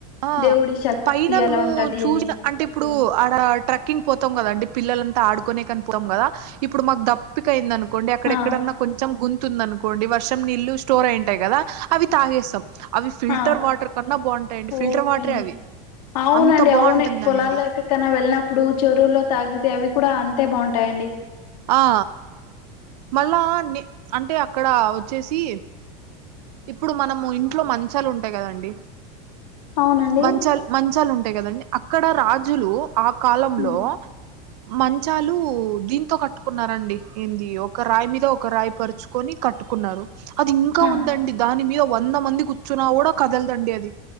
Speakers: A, on the right (about 80°); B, on the left (about 75°).
A: ఆ
B: దేవుడి శక్తి
A: పైన మేము
B: అలా ఉంటది
A: చూసిన
B: అని
A: అంటే ఇప్పుడు ఆడ ట్రెక్కింగ్ పోతాం కదా అండి పిల్లల్లంతా ఆడుకునే కని పోతం కదా ఇప్పుడు మాకు దప్పిక అయింద అను అనుకోండి అక్కడెక్కడన్నా
B: ఆ
A: కొంచెం గుంతు ఉంది అనుకోండి వర్షం నీల్లు స్టోర్ అయింటాయి కదా అవి తగేస్తం అవి ఫిల్టర్
B: ఆ
A: వాటర్ కన్నా బాగుంటాయండి ఫిల్టర్
B: ఓకే
A: వాటరే అవి
B: అవునండి
A: అంత బాగుంటుందండి
B: అవును పొలాల్లో ఎక్కడికైనా వెళ్ళినప్పుడు చెరువుల్లో త తగితే అవి కూడా అంతే బాగుంటయండి
A: ఆ మళ్ళా అంటే అక్కడ వచ్చేసి ఇప్పుడు మనము ఇంట్లో మంచాలు ఉంటాయి కదండి
B: అవునండి
A: మంచాలు మంచాలు ఉంటాయి కదండి అ ఇక్కడ రాజులు ఆ కాలంలో
B: హ్మ్.
A: మంచాలు దీంతో కట్ కట్టుకున్నారండి ఏంది ఒక రాయి మీద ఒక రాయి పరుచుకొని కట్టుకున్నారు అది ఇంకా
B: ఆ
A: ఉందండి దాని మీద వంద మంది కూర్చున్నా కూడ కదలదండి అది